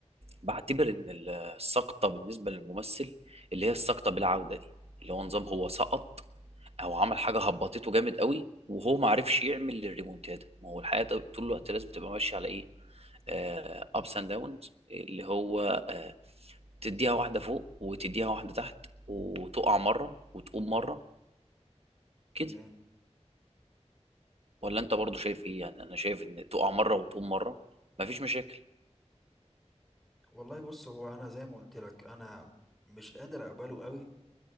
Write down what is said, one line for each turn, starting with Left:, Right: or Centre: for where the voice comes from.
Right: بعتبر ان ال- السقطه بالنسبه للممثل اللي هي السقطه بالعوده دي اللي هو نظام هو سقط او عمل حاجه هبطته جامد قوي وهو ما عرفش يعمل الريمونتادا ما هو الحياه طول الوقت لازم تبقى ماشيه على ايه ابس اند داونز اللي هو آه، تديها واحدة فوق وتديها واحدة تحت وتقع مرة وتقوم
Centre: تمام
Right: مرة كده
Centre: تمام
Right: ولا انت برضو شايف ايه يعني انا شايف ان تقع مرة وتقوم مرة مفيش مشاكل
Centre: والله بص هو انا زي ما قلت لك انا مش قادر اقبله قوي